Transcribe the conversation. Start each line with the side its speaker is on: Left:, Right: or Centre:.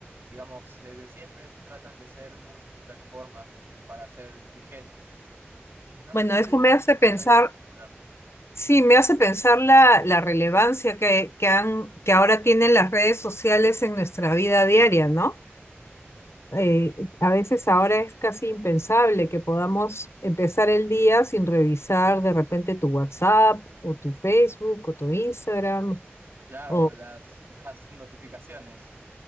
Right: digamos, desde siempre tratan de ser multiplataforma para ser vigentes No
Left: bueno,
Right: sé si
Left: eso
Right: tú
Left: me hace
Right: utilizas
Left: pensar,
Right: alguna en particular.
Left: sí, me hace pensar la, la relevancia que, que han, que ahora tienen las redes sociales en nuestra vida diaria, ¿no? eh, a veces ahora es casi impensable que podamos empezar el día sin revisar de repente tu WhatsApp o tu Facebook o tu Instagram
Right: Claro,
Left: o
Right: las, las notificaciones.